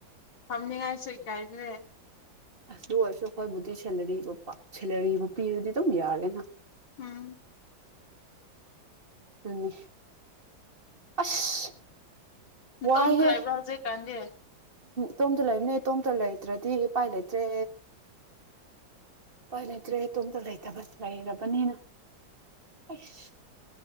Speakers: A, on the left; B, on the right.
A: ꯊꯝꯅꯤꯡꯉꯥꯏꯁꯨ ꯏꯀꯥꯏꯖꯔꯦ
B: ꯑꯁ ꯗꯨ ꯑꯣꯏꯔꯁꯨ ꯑꯩꯈꯣꯏꯕꯨ ꯗꯤ ꯁꯦꯂꯔꯤ ꯕꯀꯣ ꯁꯦꯂꯔꯤ ꯕꯨ ꯄꯤꯔꯗꯤ ꯑꯗꯨꯝ ꯌꯥꯔꯦꯅ
A: ꯎꯝ
B: ꯑꯗꯨꯅꯤ ꯑꯁ
A: ꯅꯇꯣꯝꯇ
B: ꯋꯥꯏꯍꯦ
A: ꯂꯩꯕ꯭ꯔꯣ ꯍꯧꯖꯤꯛ ꯀꯥꯟꯗꯤ
B: ꯇꯣꯝꯇ ꯂꯩꯕꯅꯦ ꯇꯣꯝꯇ ꯂꯩꯇ꯭ꯔꯗꯤ ꯎꯄꯥꯏ ꯂꯩꯇ꯭ꯔꯦ ꯄꯥꯏ ꯂꯩꯇ꯭ꯔꯦ ꯏꯇꯣꯝꯇ ꯂꯩꯇꯕ ꯂꯩꯔꯕꯅꯤꯅ ꯑꯩꯁ